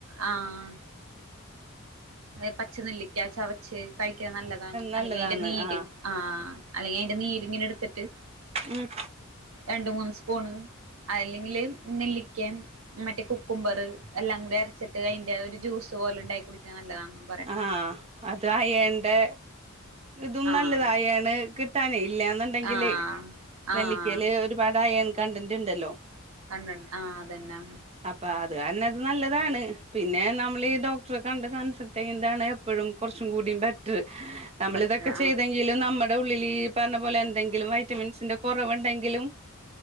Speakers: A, on the right; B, on the right.
A: ആഹ് പച്ച നെല്ലിക്ക ചവച്ച് കഴിക്കണ നല്ലതാ
B: നല്ലതാണ്
A: അല്ലെങ്കിൽ അതിന്റെ നീര്
B: ആ
A: ആഹ അല്ലെങ്കിൽ അതിന്റെ നീരിങ്ങനെ എടുത്തിട്ട്
B: ഉം
A: രണ്ട് മൂന്ന് സ്പൂണ് അല്ലെങ്കില് നെല്ലിക്കയും മറ്റേ കുക്കുംബർ എല്ലാം കൂടി അരച്ചിട്ട് അതിന്റെ ഒരു ജ്യൂസ് പോലെ ഉണ്ടാക്കി കുടിക്കണത് നല്ലതാണന്ന്
B: ആഹ് അത് അയൺന്റെ ഇതും
A: ആഹ്
B: നല്ലതാ അയണ് കി കിട്ടാനെ ഇല്ലന്നുണ്ടെങ്കിലേ
A: ആഹ് ആഹ്
B: നെല്ലിക്കല് ഒരുപാട് അയൺകണ്ടിന്റ് ഉണ്ടല്ലോ
A: കണ്ടണ്ട് ആഹ് അതന്നെ
B: അപ്പൊ അത് കാരണം ഇത് നല്ലതാണ് പിന്നെ നമ്മൾ ഈ ഡോക് ഡോക്ടറെ കണ്ട് കൺസൽട്ട് ചെയ്യുന്ന ആണ് എപ്പോഴും കുറച്ചും കൂടെ ബെറ്റർ നമ്മള്
A: ബട്ടർ
B: ഇതൊക്കെ
A: ആഹ്
B: ചെയ്ത ലും നമ്മുടെ ഉള്ളിൽ ഈ പറഞ്ഞ പോലെ എന്തെങ്കിലും വൈറ്റമിൻസിന്റെ കുറവുണ്ടെങ്കിലും